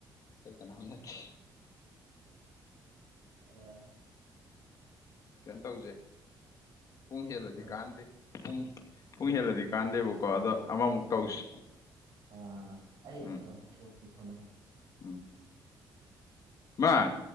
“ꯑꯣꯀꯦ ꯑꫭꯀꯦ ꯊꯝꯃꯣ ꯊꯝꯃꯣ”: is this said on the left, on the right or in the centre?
Right